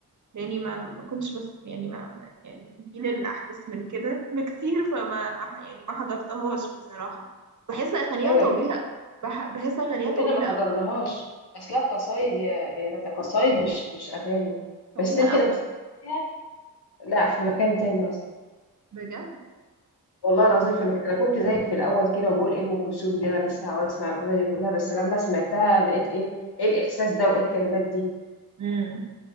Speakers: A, on the right; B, on the left.
A: لأني ما ما كنتش بس يعني ما ما- يعني الجيل اللي أحدث من كده بكتير فما ما ح- يعني ما حضرتهاش بصراحة بحس أغانيها
B: أيوة
A: طويلة
B: يا بنتي
A: بح... بحس أغانيها
B: كلنا
A: طويلة
B: ما حضرناهاش
A: أوي
B: أصلها قصايد يا يا ده قصايد مش مش أغاني
A: طويلة
B: بس أنت
A: أوي
B: لو سمعتيها لا في مكان تاني أصلا
A: بجد
B: والله العظيم
A: طب
B: في مكان انا كنت زيك في الاول كده وبقول إيه ام كلثوم دي انا لسه هقعد اسمع الاغنيه دي كلها بس لما سمعتها لقيت ايه ايه الاحساس ده وايه الكلمات دي
A: امم